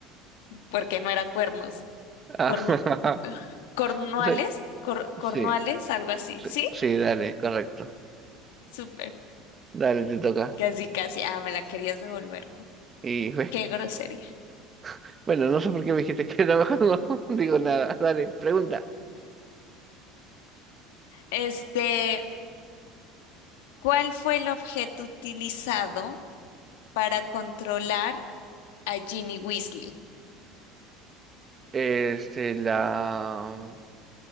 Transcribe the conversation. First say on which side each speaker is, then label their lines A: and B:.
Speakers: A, on the left; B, on the right.
A: porque no era cuernos.
B: <laughs> ah,
A: Corn- cornuales,
B: <laughs> no sé
A: cor- cornuales,
B: sí,
A: algo así.
B: sí,
A: ¿Sí?
B: sí, dale, correcto.
A: Súper.
B: Dale, te toca.
A: Casi, casi. Ah, me la querías devolver, ¿no?
B: Y
A: Qué grosería.
B: <laughs> bueno, no sé por qué me dijiste que era mejor, no <laughs> digo nada. Dale, pregunta.
A: Este, ¿cuál fue el objeto utilizado para controlar a Ginny Weasley?
B: Este, la,